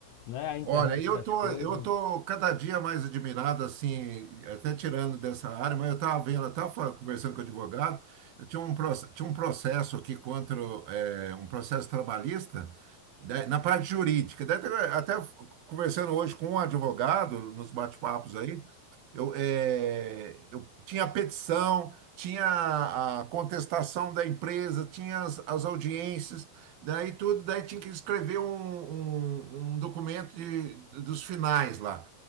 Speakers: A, on the left; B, on the right.
A: né? a internet
B: Olha, eu
A: das
B: tô,
A: coisas.
B: eu tô cada dia mais admirado, assim, até tirando dessa área, mas eu estava vendo, eu estava conversando com o advogado, eu tinha um, proce- tinha um processo aqui contra, eh, um processo trabalhista, da- na parte jurídica. Daí Até, até conversando hoje com um advogado, nos bate-papos aí, eu, eh, eu tinha a petição, tinha a contestação da empresa, tinha as as audiências, Daí tudo, daí tinha que escrever um, um, um documento de, dos finais lá,